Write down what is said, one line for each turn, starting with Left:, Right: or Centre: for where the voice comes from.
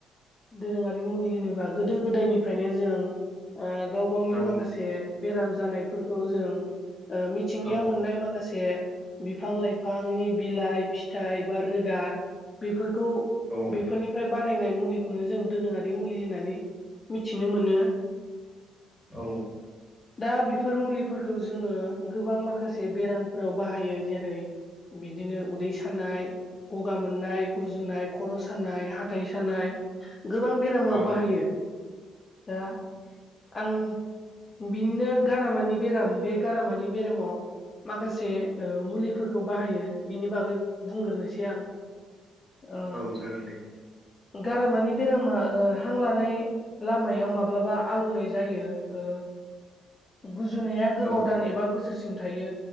Left: दोरोङारि मुनि होनोबा गोदो गोदायनिफ्रायनो जों ओ गाव गावनि
Centre: औ
Left: माखासे बेराम जानायफोरखौ जों मिथिंगायाव
Centre: औ
Left: मोननाय माखासे बिफां-लाइफांनि बिलाइ, फिथाइ, बा रोदा, बेफोरखौ
Centre: औ
Left: बेफोरनिफ्राय बानायनाय मुलिखौनो जों दोरोङारि मुलि होननानै मिथिनो मोनो।
Centre: औ
Left: दा बेफोर मुलिफोरखौ जोङो गोबां माखासे बेरामफोराव बाहायो। जेरै- बिदिनो उदै सानाय, गगा मोननाय, गुजुनाय, खर' सानाय, हाथाइ सानाय, गोबां बेरामाव
Centre: औ
Left: बाहायो। दा आं बिनिनो गारामानि बेराम बे गारामानि बेरामाव माखासे ओ मुलिफोरखौ बाहायो बिनि बागै बुंग्रोनोसै आं। ओ
Centre: औ जागोन दे
Left: गारामानि बेरामा हांला नाय लामायाव माब्लाबा आलौनाय जायो। गुजुनाया गोबाव
Centre: औ
Left: दान एबा बोसोरसिम थायो।